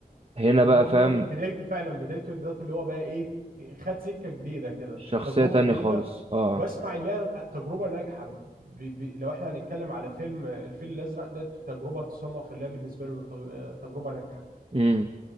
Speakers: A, on the right (about 35°); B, on the right (about 65°).
A: هنا
B: هو
A: بقى
B: هو
A: فاهم
B: ده بدايته فعلا بدايته دلوقتي اللي هو بقى ايه خد سكه جديده كده
A: شخصية
B: تجربه
A: تانية
B: جديده
A: خالص اه
B: واسمع اللي هي تجربه ناجحه ب... ب... لو احنا هنتكلم على فيلم الفيل الازرق ده تجربه تصنف اللي هي بالنسبه له ت- تجربه ناجحه
A: امم